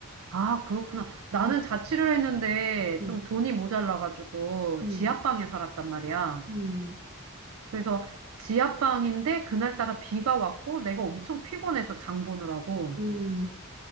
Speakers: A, on the right; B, on the right.
A: 아, 그렇구나. 나는
B: 음,
A: 자취를 했는데
B: 음,
A: 좀 돈이 모자라가지고
B: 음,
A: 지하방에 살았단 말이야.
B: 음,
A: 그래서 지하방인데 그날따라 비가 왔고 내가 엄청 피곤해서 장 보느라고.
B: 음,